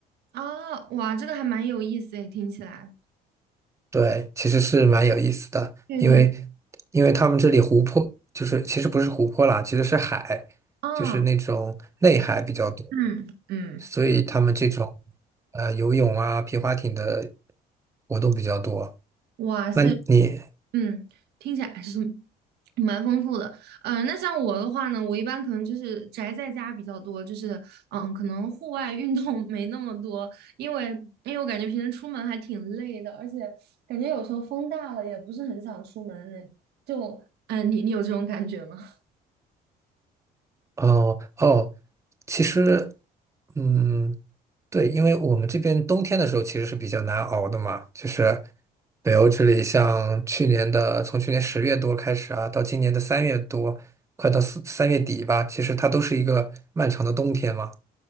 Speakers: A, on the right (about 75°); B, on the right (about 15°).
A: 啊，哇，这个还蛮有意思诶，听起来，
B: 对，其实是蛮有意思的，
A: 对对，
B: 因为因为他们这里湖泊就是其实不是湖泊啦，其实是海，
A: 啊，
B: 就是那种内海比较多，
A: 嗯嗯，
B: 所以他们这种呃游泳啊、皮划艇的活动比较多。
A: 哇塞，
B: 那你
A: 嗯，听起来还是蛮丰富的。嗯、那像我的话呢，我一般可能就是宅在家比较多，就是嗯，可能户外运动 <laughs> 没那么多，因为因为我感觉平时出门还挺累的，而且感觉有时候风大了也不是很想出门呢。就，嗯、你你有这种感觉吗？<laughs>
B: 哦哦，其实，嗯，对，因为我们这边冬天的时候其实是比较难熬的嘛，就是北欧这里，像去年的从去年十月多开始啊，到今年的三月多，快到四三月底吧，其实它都是一个漫长的冬天嘛，